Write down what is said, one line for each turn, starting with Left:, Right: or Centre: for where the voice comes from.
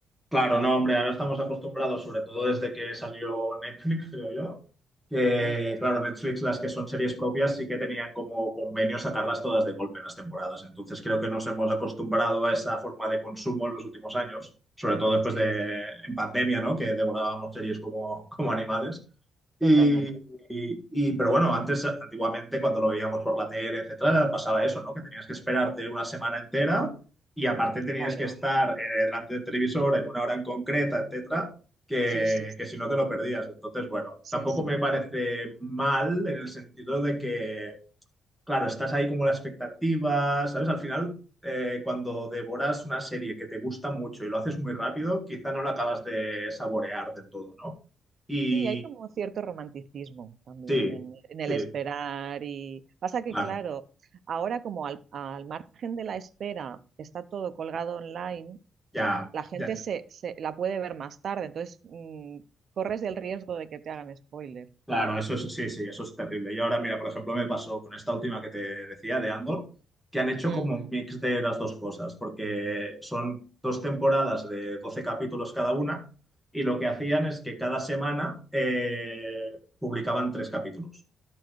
Centre: Claro, no, hombre, ahora estamos acostumbrados, sobre todo desde que salió Netflix, creo yo, que,
Right: Mm,
Centre: claro, Netflix, las que son series propias, sí que tenían como convenio sacarlas todas de golpe en las temporadas. Entonces, creo que nos hemos acostumbrado a esa forma de consumo en los últimos años, sobre todo después
Right: sí,
Centre: de, en pandemia, ¿no? Que devorábamos series como, como animales. Y,
Right: totalmente.
Centre: y- y- pero bueno, antes, antiguamente, cuando lo veíamos por la tele, etcétera, pasaba eso, ¿no? Que tenías que esperarte una semana entera y aparte tenías
Right: Claro,
Centre: que estar eh, delante del televisor en una hora en concreta, etcétera, que,
Right: sí, sí,
Centre: que si no te lo perdías. Entonces, bueno,
Right: sí,
Centre: tampoco
Right: sí.
Centre: me parece mal en el sentido de que, claro, estás ahí como la expectativa, ¿sabes? Al final, eh, cuando devoras una serie que te gusta mucho y lo haces muy rápido, quizá no la acabas de saborear de todo, ¿no? Y
Right: Sí, hay como cierto romanticismo también
Centre: sí,
Right: en, en el
Centre: sí,
Right: esperar y pasa que,
Centre: claro,
Right: claro, ahora como al, al margen de la espera está todo colgado online,
Centre: ya,
Right: la gente
Centre: ya.
Right: se, se- la puede ver más tarde, entonces mm, corres el riesgo de que te hagan spoiler.
Centre: Claro, eso es, sí, sí, eso es terrible. Y ahora, mira, por ejemplo, me pasó con esta última que te decía de Andor, que han hecho
Right: Mm.
Centre: como un mix de las dos cosas, porque son dos temporadas de 12 capítulos cada una, y lo que hacían es que cada semana eh, publicaban tres capítulos.